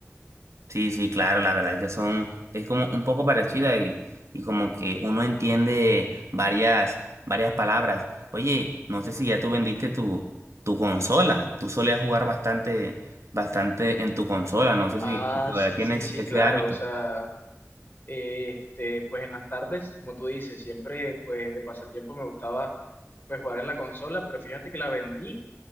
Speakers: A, on the right; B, on the left.
A: Sí, sí, claro, la verdad es que son, es como un poco parecida y, y como que uno entiende varias, varias palabras. Oye, no sé si ya tú vendiste tu, tu consola, tú solías jugar bastante, bastante en tu consola, no sé
B: Ah,
A: si si todavía
B: sí,
A: tienes
B: sí, sí,
A: ese
B: claro,
A: hábito.
B: o sea, eh, este, pues en las tardes, como tú dices, siempre, pues de pasatiempo me gustaba, pues jugar en la consola, pero fíjate que la vendí